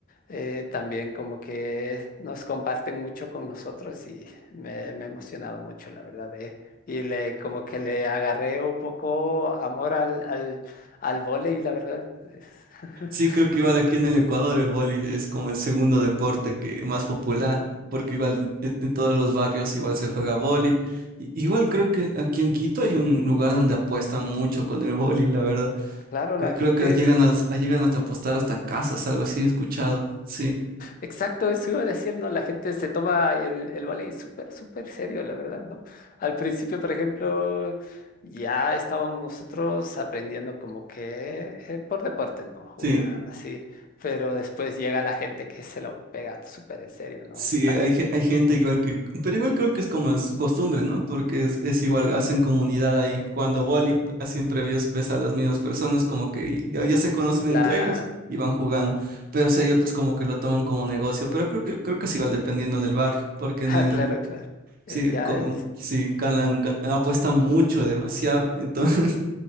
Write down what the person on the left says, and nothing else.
eh, también como que nos comparten mucho con nosotros y me, me he emocionado mucho, la verdad. eh. Y le, como que le agarré un poco amor al, al, al vóley, la verdad. Es- <laughs>
Claro, la
gente
Exacto, eso iba a decir, ¿no? La gente se toma el, el vóley súper, súper serio, la verdad, ¿no? Al principio, por ejemplo, ya estábamos nosotros aprendiendo como que eh, por deporte, ¿no? Jugando
así, pero después llega la gente que se lo pega súper en serio, ¿no?
Están,
la...
<laughs>
Ah,
claro, claro. Es,
ya
es